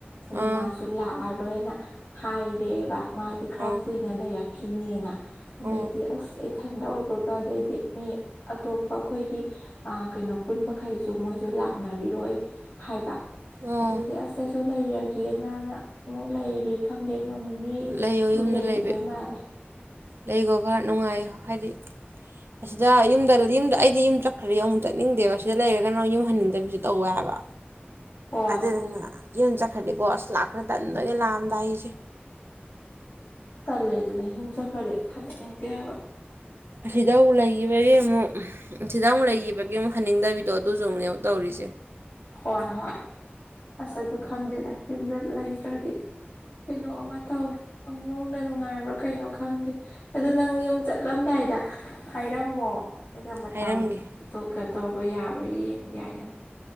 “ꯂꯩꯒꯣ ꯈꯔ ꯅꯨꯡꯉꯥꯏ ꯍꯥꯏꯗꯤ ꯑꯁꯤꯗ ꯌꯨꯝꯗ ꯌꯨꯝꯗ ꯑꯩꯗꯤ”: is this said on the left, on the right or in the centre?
Right